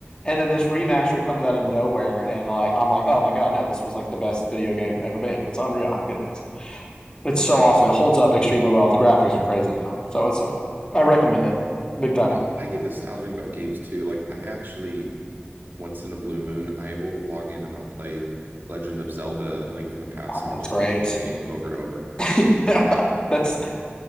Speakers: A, on the left; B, on the right.
A: And then this remaster comes out of nowhere, and like I'm like, oh my god, no, this was like the best video game ever made. It's unreal how good it is. It's so awesome. It holds up extremely well. The graphics are crazy now, so it's so fun. I recommend it big time.
B: No, I get nostalgic about games too. Like I actually once in a blue moon, I will log in and I'll play Legend of Zelda: A Link from the Past, and
A: That's
B: I'll just
A: great.
B: beat the whole game over and over.
A: <laughs> yeah,
B: Like,
A: that's